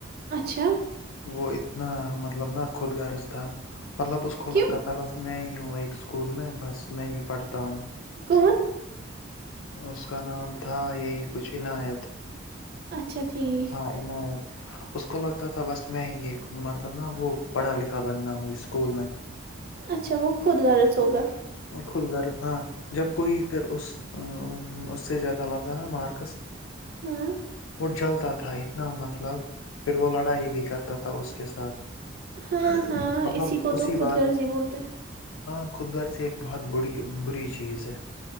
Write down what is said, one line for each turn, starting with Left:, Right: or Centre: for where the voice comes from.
Right: اچھا
Left: وہ اتنا مطلب ن خود غرض تھا مطلب اس کو
Right: کیوں
Left: لگتا تھا بس میں ہی ہوں ایک اسکول میں بس میں ہی پڑھتا ہوں
Right: کون
Left: اس کا نام تھا یہی کچھ عنایت
Right: اچھا ٹھیک
Left: ہاں عنایت اس کو لگتا تھا بس میں یہ مطلب نا وہ پڑھا لکھا بندہ ہوں اسکول میں
Right: اچھا وہ خود غرض ہوگا
Left: خود گغرض ہاں جب کوئی پھر اس اس سے زیادہ لاتا نا مارکس
Right: ہاں
Left: وہ جلتا تھا اتنا مطلب پھر وہ لڑائی بھی کرتا تھا اس کے ساتھ
Right: ہاں ہاں
Left: مطلب
Right: کو
Left: اسی
Right: تو خود
Left: بات
Right: غرضی بولتے
Left: ہاں خود گھر سے ت بڑی بری چیز ہے